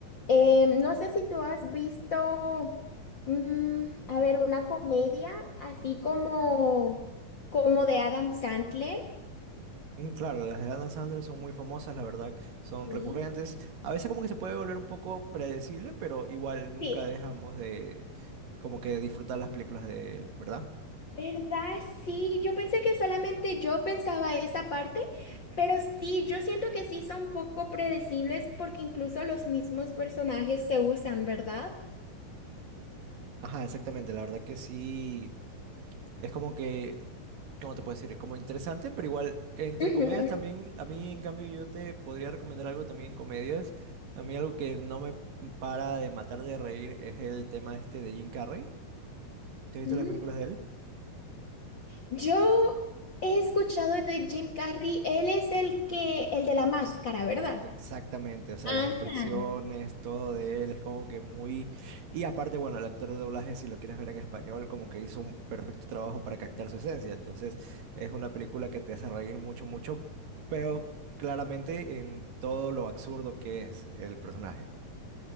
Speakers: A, on the left; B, on the right.
A: eh, no sé si tú has visto, mm, a ver, una comedia así como, como de Adam Sandler.
B: Mm, Claro, las de Adam Sandler son muy famosas, la verdad, son
A: Sí.
B: recurrentes. A veces como que se puede volver un poco predecible, pero igual nunca
A: Sí.
B: dejamos de como que disfrutar las películas de él, ¿verdad?
A: ¿Verdad? Sí, yo pensé que solamente yo pensaba esa parte, pero sí, yo siento que sí son poco predecibles porque incluso los mismos personajes se usan, ¿verdad?
B: Ajá, exactamente, la verdad que sí, es como que, ¿cómo te puedo decir? Como interesante, pero igual entre
A: Ujú.
B: comedias también, a mí en cambio yo te podría recomendar algo también en comedias. A mí algo que no me para de matar de reír es el tema este de Jim Carrey. ¿Te has visto
A: Mm.
B: las películas de él?
A: Yo he escuchado de Jim Carrey, él es el que, el de la máscara, ¿verdad?
B: Exactamente, o sea,
A: Ajá.
B: las expresiones, todo de él es como que muy... Y aparte, bueno, el actor de doblaje, si lo quieres ver en español, como que hizo un perfecto trabajo para captar su esencia. Entonces, es una película que te hace reír mucho, mucho, pero claramente en todo lo absurdo que es el personaje.